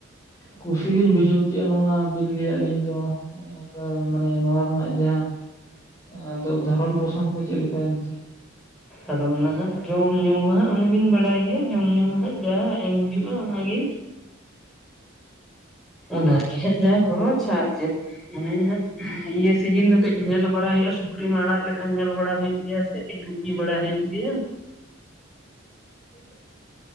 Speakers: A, on the left; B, in the centre.
A: ᱠᱩᱥᱤ ᱞᱤᱧ ᱵᱩᱡᱷᱟᱹᱣ ᱠᱮᱜᱼᱟ ᱱᱚᱣᱟ ᱵᱤᱱ ᱞᱟᱹᱭᱟᱜ ᱞᱤᱧ ᱫᱚ᱾ ᱱᱚᱜᱼᱚᱝᱠᱟ ᱢᱟᱱᱮ ᱱᱚᱣᱟ ᱨᱮᱱᱟᱜ ᱡᱟᱦᱟᱸ ᱟᱫᱚ ᱫᱷᱚᱨᱚᱱ ᱯᱚᱥᱚᱱ ᱠᱚ ᱪᱮᱜ ᱞᱮᱠᱟ ᱮᱱᱛᱮ?
B: ᱟᱫᱚ ᱚᱱᱟ ᱦᱟᱸᱜ ᱡᱚᱢ ᱧᱩ ᱢᱟ ᱦᱟᱸᱜ ᱚᱱᱮ ᱵᱤᱱ ᱵᱟᱰᱟᱭ ᱜᱮ ᱡᱚᱢ ᱧᱩ ᱢᱟ ᱦᱟᱸᱜ ᱡᱟ ᱮᱢ ᱦᱩᱭᱩᱜᱼᱟ ᱚᱱᱟᱜᱮ᱾ ᱚᱱᱟᱦ ᱜᱮ ᱦᱟᱸᱜ ᱡᱟ ᱠᱷᱚᱨᱚᱪ ᱟᱨ ᱪᱮᱫ ᱚᱱᱮ ᱦᱟᱸᱜ ᱤᱭᱟᱹ ᱥᱤᱡᱤᱱ ᱫᱚ ᱠᱟᱹᱡ ᱧᱮᱞ ᱵᱟᱲᱟ ᱦᱩᱭᱩᱜᱼᱟ ᱥᱩᱠᱨᱤᱢ ᱟᱲᱟᱜ ᱞᱮᱠᱷᱟᱱ ᱧᱮᱞ ᱵᱟᱲᱟ ᱦᱩᱭᱩᱜ ᱜᱮᱭᱟ ᱥᱮ ᱛᱤᱸᱜᱩ ᱯᱤ ᱵᱟᱲᱟ ᱦᱩᱭᱩᱜ ᱜᱮᱭᱟ᱾
A: <inaudible>